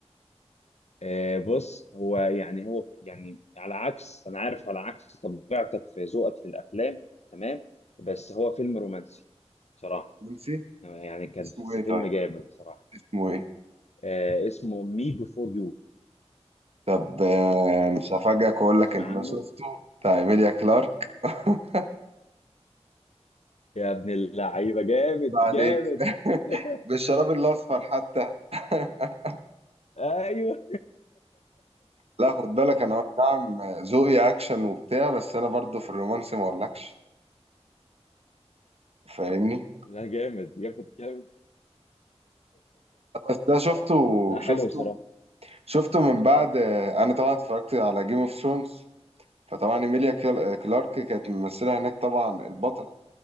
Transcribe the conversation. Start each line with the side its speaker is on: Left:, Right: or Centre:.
Left: آه، بص هو يعني هو يعني على عكس انا عارف على عكس طبيعتك في ذوقك في الافلام تمام بس هو فيلم رومانسي بصراحة
Right: نسي
Left: يعني كان
Right: اسمه
Left: بس
Right: ايه
Left: فيلم
Right: طيب
Left: جامد بصراحة
Right: اسمه ايه
Left: آه اسمه مي بيفور يو
Right: طب آه، مش هفاجئك واقول
Left: تسمع
Right: لك ان انا
Left: عنه
Right: شفته بتاع ايميليا كلارك <laughs>
Left: يا ابن اللعيبه جامد
Right: ما عليك
Left: جامد
Right: <laughs>
Left: <laughs>
Right: بالشراب الاصفر حتى <laughs>
Left: ايوه
Right: لا خد بالك انا نعم ذوقي اكشن وبتاع بس انا برضو في الرومانسي ما اقولكش فاهمني
Left: لا جامد جامد جامد
Right: بس ده شفته
Left: لا حلو
Right: شفته
Left: بصراحه
Right: شفته من بعد انا طبعا اتفرجت على جيم اوف ثرونز فطبعا ايميليا كيل- كلارك كانت ممثله هناك طبعا البطل